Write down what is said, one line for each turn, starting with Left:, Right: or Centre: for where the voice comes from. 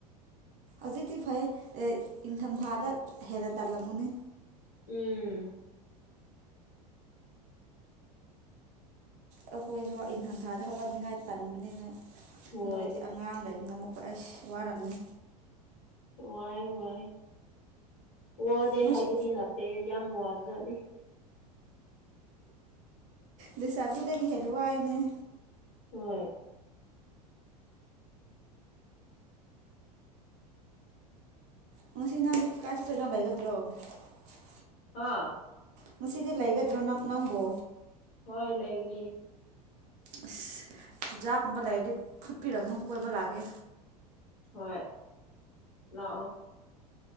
Right: ꯍꯧꯖꯤꯛꯇꯤ ꯐꯩ ꯏꯪꯊꯝꯊꯥꯗ ꯍꯦꯟꯅ ꯇꯜꯂꯝꯒꯅꯤ
Left: ꯎꯝ
Right: ꯑꯩꯈꯣꯏꯁꯨ ꯏꯟꯊꯝꯊꯥꯗ ꯍꯧꯒꯠꯅꯤꯡꯉꯥꯏ ꯇꯟꯕꯅꯤꯅ
Left: ꯍꯣꯏ
Right: ꯅꯣꯏꯗꯤ ꯑꯉꯥꯡꯗꯩ ꯑꯃꯨꯛꯀ ꯑꯩꯁ ꯋꯥꯔꯝꯅꯤ
Left: ꯋꯥꯏ ꯋꯥꯏ ꯋꯥꯗ‌ꯦ
Right: ꯅꯣꯏꯁꯨ
Left: ꯍꯥꯏꯕꯗꯤ ꯅꯥꯠꯇ‌ꯦ ꯌꯥꯝ ꯋꯥ ꯕꯖꯥꯠꯅꯤ
Right: ꯂꯩꯁꯕꯤꯗꯒꯤ ꯍꯦꯟꯅ ꯋꯥꯏꯅ‌ꯦ
Left: ꯍꯣꯏ
Right: ꯉꯁꯤ ‌ꯅ‌ꯪ ꯀꯥꯆ ꯇꯖꯕꯩꯒꯗ꯭ꯔꯣ <unintelligible>
Left: ꯍꯥ
Right: ꯉꯁꯤꯗꯤ ꯂꯩꯒꯗ꯭ꯔꯣ ꯅꯪ ꯅꯪꯕꯨ
Left: ꯍꯣꯏ ꯂꯩꯥꯏꯒꯅꯤ
Right: ꯑꯁ ꯆꯨꯖꯥꯛꯒꯨꯝꯕ ꯂꯩꯔꯗꯤ ꯐꯨꯠꯄꯤꯔꯝꯃꯨ ꯀꯣꯏꯕ ꯂꯥꯛꯀꯦ
Left: ꯍꯣꯏ ꯂꯥꯛꯑꯣ